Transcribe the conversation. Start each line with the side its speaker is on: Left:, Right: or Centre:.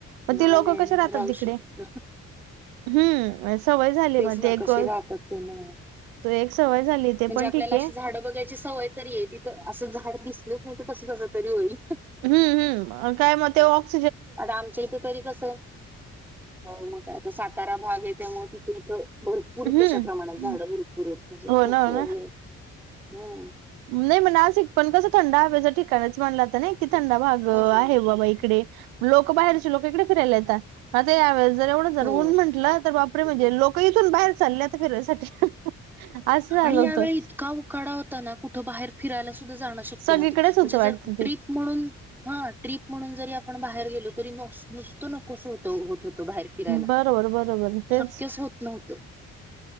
Right: मग
Centre: नाही
Right: ते लोक
Centre: नाही
Right: कसे राहतात
Centre: राहू
Right: तिकडे
Centre: शकत
Right: हम्म. सवय झाली
Centre: तेच
Right: मग
Centre: ना
Right: ते एक
Centre: कशी राहतात ते ना.
Right: एक सवय झाली ते
Centre: म्हणजे
Right: पण
Centre: आपल्याला
Right: ठीक
Centre: अशी
Right: आहे
Centre: झाड बघायची सवय तरी आहे तिथ असं झाड दिसलंच नाही तर कस कस तरी होईल.
Right: हम्म हम् काय मग ते ऑक्स
Centre: आता आमच्या इथे तरी कस हो मग काय सातारा भाग आहे त्यामुळे तिथं. इथ भरपूर
Right: हम्म
Centre: तशा प्रमाणात झाड भरपूर आहेत म्हणजे
Right: हो
Centre: खूप
Right: ना हो
Centre: हे
Right: ना
Centre: हम.
Right: नाही म नाशिक पण कस थंड हवेचं ठिकाणच मानलं जात की थंडा भाग
Centre: हम्म
Right: आहे बाबा इकडे. लोक बाहेरचे लोक इकडे फिरायला येता आता यावेेळेस जर एवढं जर
Centre: हो
Right: ऊन म्हटलं तर बाप. अरे म्हणजे लोक इथून बाहेर चालले आता फिरायसाठी असं झालं
Centre: आणि यावेळी
Right: होतं
Centre: इतका उकाडा होता ना कुठं बाहेर फिरायला सुद्धा कुठं जाण शक्य
Right: सगळीकडेच
Centre: नव्हत म्हणजे
Right: होतं वाटतं
Centre: जर ट्रिप
Right: ते.
Centre: म्हणून हा ट्रिप म्हणून जरी आपण आपण बाहेर गेलो तरी नो नुसत नकोस होत होत होत. बाहेर फिरायला
Right: बरोबर बरोबर तेच.
Centre: शक्यच होत नव्हतं.